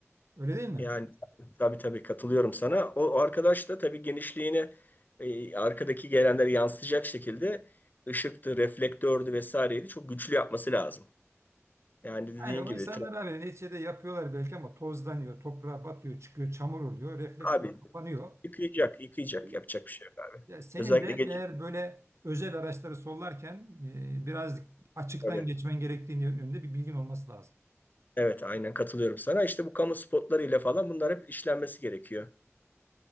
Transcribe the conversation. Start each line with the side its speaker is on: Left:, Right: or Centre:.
Right: Öyle değil mi?
Left: Yani tabii tabii katılıyorum sana. O, o arkadaş da tabii genişliğini e, arkadaki gelenleri yansıtacak şekilde ışıktı, reflektördü vesaireydi. Çok güçlü yapması lazım. Yani dediğin
Right: Yani o
Left: gibi
Right: insanlar
Left: tra-
Right: abi neticede yapıyorlar belki ama tozlanıyor, toprağa batıyor, çıkıyor, çamur oluyor, reflektör
Left: abi
Right: kapanıyor.
Left: yıkayacak, yıkayacak
Right: E,
Left: yapacak bir şey yok abi.
Right: Ya senin
Left: Özellikle
Right: de
Left: geç
Right: eğer böyle özel araçları sollarken e, biraz açıktan
Left: tabii.
Right: geçmen gerektiğini yönünde bir bilgin olması lazım.
Left: Evet, aynen katılıyorum sana. İşte bu kamu spotlarıyla falan bunlar hep işlenmesi gerekiyor.